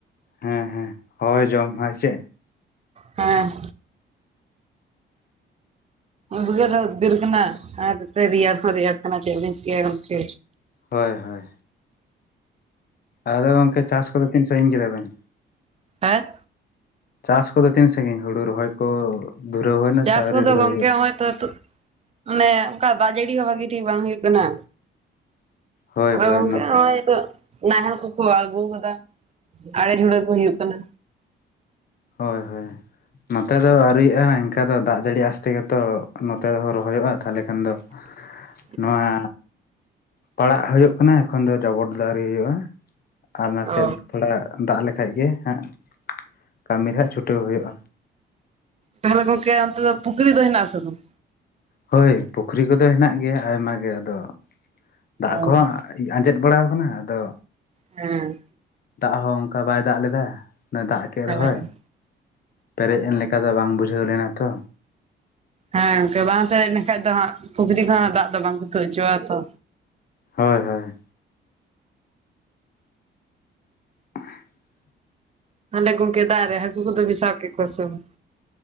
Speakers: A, on the left; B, on the right.
A: ᱦᱮᱸ ᱦᱮᱸ ᱦᱚᱭ ᱡᱚᱢ ᱦᱮᱸ ᱪᱮᱫ
B: ᱦᱮᱸ ᱩᱫᱜᱟᱹᱨ ᱦᱚᱸ ᱩᱫᱜᱟᱹᱨ ᱠᱟᱱᱟ ᱨᱮᱭᱟᱲ ᱦᱚᱸ ᱨᱮᱭᱟᱲ ᱠᱟᱱᱟ ᱛᱮ ᱪᱮᱫ ᱞᱤᱧ ᱪᱤᱠᱟᱹᱭᱟ ᱜᱟᱢᱠᱮ
A: ᱦᱳᱭ ᱦᱳᱭ ᱟᱫᱚ ᱜᱚᱝᱠᱮ ᱪᱟᱥ ᱠᱚᱫᱚ ᱛᱤᱱ ᱥᱟᱹᱜᱤᱧ ᱠᱮᱫᱟ ᱵᱤᱱ
B: ᱦᱮᱸ
A: ᱪᱟᱥ ᱠᱚᱫᱚ ᱛᱤᱱ ᱥᱟᱹᱜᱤᱧ ᱦᱩᱲᱩ ᱨᱚᱦᱚᱭ ᱠᱚ ᱫᱷᱩᱨᱟᱹᱣ ᱦᱩᱭᱱᱟ
B: ᱪᱟᱥ
A: ᱥᱮ ᱟᱹᱣᱨᱤ
B: ᱠᱚᱫᱚ
A: ᱫᱷᱩᱨᱟᱹᱣ
B: ᱜᱚᱢᱠᱮ
A: ᱦᱩᱭᱩᱜᱼᱟ
B: ᱦᱚᱭ ᱛᱚ ᱛᱩᱜ ᱢᱟᱱᱮ ᱚᱱᱠᱟ ᱫᱟᱜ ᱡᱟᱹᱲᱤ ᱦᱚᱸ ᱵᱷᱟᱹᱜᱤ ᱴᱷᱤᱠ ᱵᱟᱝ ᱦᱩᱭᱩᱜ ᱠᱟᱱᱟ
A: ᱦᱳᱭ
B: ᱟᱫᱚ
A: ᱦᱳᱭ
B: ᱜᱚᱝᱠᱮ
A: ᱱᱚᱛᱮ
B: ᱦᱚᱜᱚᱭ ᱛᱚ ᱱᱟᱦᱮᱞ ᱠᱚᱠᱚ ᱟᱬᱜᱩ ᱟᱠᱟᱫᱟ ᱟᱲᱮ ᱡᱷᱩᱲᱟᱹ ᱠᱚ ᱦᱩᱭᱩᱜ ᱠᱟᱱᱟ
A: ᱦᱳᱭ ᱦᱳᱭ ᱱᱚᱛᱮ ᱫᱚ ᱟᱹᱣᱨᱤᱜᱼᱟ ᱮᱤᱱᱠᱟ ᱫᱚ ᱫᱟᱜ ᱡᱟᱹᱲᱤ ᱟᱥᱛᱮ ᱜᱮᱛᱚ ᱱᱚᱛᱮ ᱦᱚᱸ ᱨᱚᱦᱚᱭᱚᱜᱼᱟ ᱛᱟᱦᱚᱞᱮ ᱠᱷᱟᱱ ᱫᱚ
B: <unintelligible>
A: ᱱᱚᱣᱟ ᱯᱟᱲᱟᱜ ᱦᱩᱭᱩᱜ ᱠᱟᱱᱟ ᱮᱠᱷᱚᱱ ᱫᱚ ᱡᱟᱵᱚᱴ ᱫᱚ ᱟᱹᱣᱨᱤ ᱦᱩᱭᱩᱜᱼᱟ ᱟᱨ ᱱᱟᱥᱮᱜ
B: ᱚ
A: ᱛᱷᱚᱲᱟ ᱫᱟᱜ ᱞᱮᱠᱷᱟᱡ ᱜᱮ ᱦᱟᱸᱜ ᱠᱟᱹᱢᱤᱨᱮ ᱦᱟᱸᱜ ᱪᱷᱩᱴᱟᱹᱣ ᱦᱩᱭᱩᱜᱼᱟ
B: ᱛᱟᱦᱞᱮ ᱜᱚᱢᱠᱮ ᱚᱱᱛᱮ ᱫᱚ ᱯᱩᱠᱷᱨᱤ ᱫᱚ ᱦᱮᱱᱟᱜ ᱟᱥᱮ ᱵᱟᱝ
A: ᱦᱚᱭ ᱯᱩᱠᱷᱨᱤ ᱠᱚᱫᱚ ᱦᱮᱱᱟᱜ ᱜᱮᱭᱟ ᱟᱭᱢᱟ ᱜᱮ ᱟᱫᱚ ᱫᱟᱜ
B: ᱚ
A: ᱠᱚᱦᱚᱸ ᱟᱸᱡᱮᱫ ᱵᱟᱲᱟᱣ ᱟᱠᱟᱱᱟ ᱟᱫᱚ
B: ᱦᱮᱸ
A: ᱫᱟᱜ ᱦᱚᱸ ᱚᱱᱠᱟ ᱵᱟᱭ ᱫᱟᱜ ᱞᱮᱫᱟ ᱫᱟᱜ ᱠᱮᱫ
B: ᱦᱮᱸ
A: ᱨᱮᱦᱚᱭ ᱯᱮᱨᱮᱡ ᱮᱱ ᱞᱮᱠᱟ ᱫᱚ ᱵᱟᱝ ᱵᱩᱡᱷᱟᱹᱣ ᱞᱮᱱᱟ ᱛᱚ
B: ᱦᱮᱸ ᱜᱚᱝᱠᱮ ᱵᱟᱝ ᱯᱮᱨᱮᱡ ᱞᱮᱱᱠᱷᱟᱡ ᱫᱚ ᱫᱟᱜ ᱯᱩᱠᱷᱨᱤ ᱠᱚᱦᱚ ᱫᱟᱜ ᱫᱚ ᱵᱟᱝ ᱛᱩ ᱦᱚᱪᱚᱣᱟᱜ ᱛᱚ
A: ᱦᱚᱭ ᱦᱚᱭ <unintelligible>
B: ᱦᱟᱱᱮ ᱜᱟᱢᱠᱮ ᱫᱟᱜ ᱨᱮ ᱦᱟᱹᱠᱩ ᱠᱚ ᱫᱚ ᱵᱤᱱ ᱥᱟᱵᱠᱮᱜ ᱠᱚᱣᱟ ᱥᱮ ᱵᱟᱝ